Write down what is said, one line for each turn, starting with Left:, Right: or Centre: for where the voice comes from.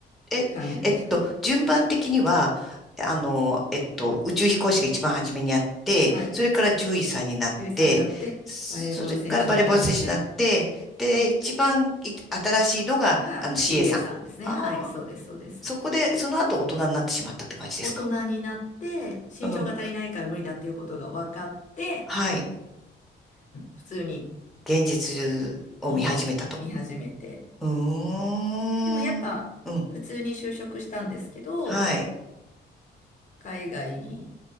Centre: え、
Left: 感じましたね。
Centre: えっと、順番的には、あの、えっと、宇宙飛行士が一番初めにあって、
Left: はい。
Centre: それから獣医さんになって、
Left: 獣医さんになって、
Centre: それからバレーボール選手になって、
Left: バレーボール選手になって、
Centre: で、
Left: あ、
Centre: 一番い新しいのが、
Left: が
Centre: あの、
Left: CA
Centre: CA さん。
Left: さんですね。
Centre: ああ、
Left: はい、そうです、そうです。
Centre: そこで、その後大人になってしまったって感じですか。
Left: 大人になって、身長が足りないから無理だっていうことが分かって、
Centre: うん。はい。
Left: 普通に、
Centre: 現実を見始めたと。
Left: を見始めて。
Centre: うーん。
Left: でもやっぱ、
Centre: うん。
Left: 普通に就職したんですけど、
Centre: はい。
Left: 海外に